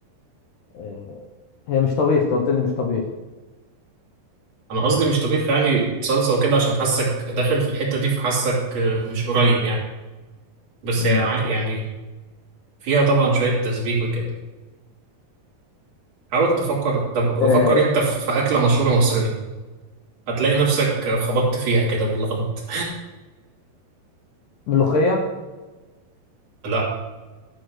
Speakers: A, on the left; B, on the right.
A: آه. هي مش طبيخ أنت قلت لي مش طبيخ
B: انا قصدي مش طبيخ يعني صلصه وكده عشان حاسك داخل في الحته دي فحاسك آه، مش قريب يعني بس
A: مم.
B: هي ع- يعني فيها طبعا شويه تسبيك وكده حاول تفكر طب
A: آه.
B: فكر انت في في اكله مشهوره مصريه هتلاقي نفسك خبطت فيها كده بالغلط
A: ملوخية
B: لا